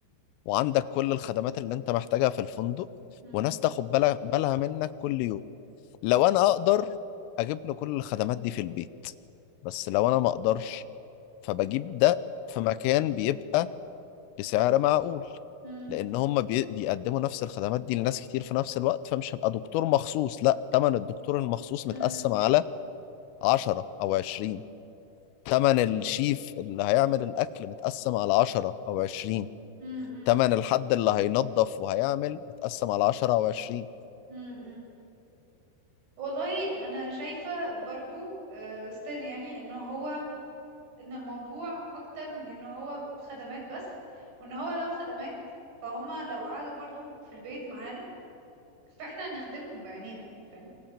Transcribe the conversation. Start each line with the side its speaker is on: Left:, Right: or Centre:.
Left: وعندك كل الخدمات اللي انت محتاجها في الفندق
Right: مم.
Left: وناس تاخد بالها بالها منك كل يوم لو انا اقدر اجيب له كل الخدمات دي في البيت بس لو انا ما اقدرش فبجيب ده في مكان بيبقى بسعر معقول
Right: مم.
Left: لان هم بي- بيقدموا نفس الخدمات دي لناس كتير في نفس الوقت فمش هبقى دكتور مخصوص لا تمن الدكتور المخصوص
Right: مم.
Left: متقسم على 10 او 20 تمن الشيف اللي هيعمل الاكل متقسم على 10 او 20
Right: مم.
Left: تمن الحد اللي هينظف وهيعمل متقسم على 10 او 20
Right: مم. مم. والله انا شايفة برضو ستيل يعني انه هو ان الموضوع اكتر من انه هو خدمات بس وان هو لو خدمات فهم لو قعدوا برضو في البيت معانا فاحنا هنخدمهم بعينينا يعني فاهم